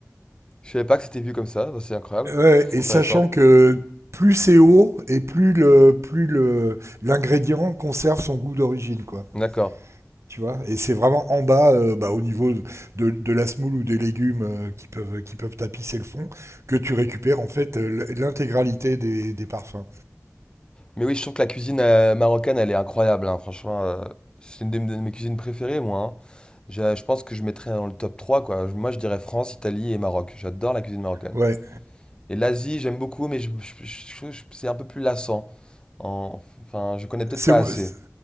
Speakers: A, on the left; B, on the right.
A: je savais pas que c'était vu comme ça, bah, c'est incroyable,
B: Ouais, et
A: intéressant.
B: sachant que plus c'est haut et plus le plus le l'ingrédient conserve son goût d'origine quoi.
A: D'accord.
B: Tu vois, et c'est vraiment en bas, euh, bah, au niveau de, de la semoule ou des légumes euh, qui peuvent qui peuvent tapisser le fond, que tu récupères en fait euh, l'intégralité des, des parfums.
A: Mais oui, je trouve que la cuisine euh, marocaine, elle est incroyable, hein, franchement. euh, c'est une de, de mes cuisines préférées, moi. hein. Je, je pense que je mettrais dans le top 3. quoi. Je- Moi, je dirais France, Italie et Maroc. J'adore la cuisine marocaine.
B: Ouais,
A: Et l'Asie, j'aime beaucoup, mais je, je- je trouve que c'est un peu plus lassant. En- Enfin, je connais peut-être
B: c'est
A: pas
B: mo-
A: assez,
B: c'est-